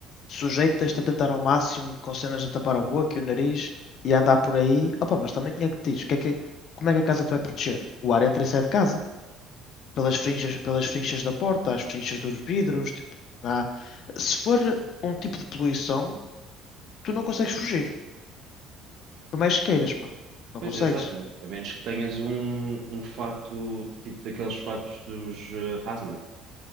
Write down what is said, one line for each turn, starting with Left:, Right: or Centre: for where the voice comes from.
Left: sujeitas-te a tentar ao máximo com cenas a tapar a boca e o nariz e a andar por aí. Opa, mas também tinha que te dizer, o que é que- como é que a casa tu vai proteger? O ar entra e sai de casa. Pelas frinchas, pelas frinchas da porta, as frinchas dos vidros, tipo, não há... Se for um tipo de poluição, tu não consegues fugir. Por mais que queiras, pá. Não
Right: pois
Left: consegues.
Right: é, exatamente. A menos que tenhas um, um fato, tipo daqueles fatos dos eh, hazmat.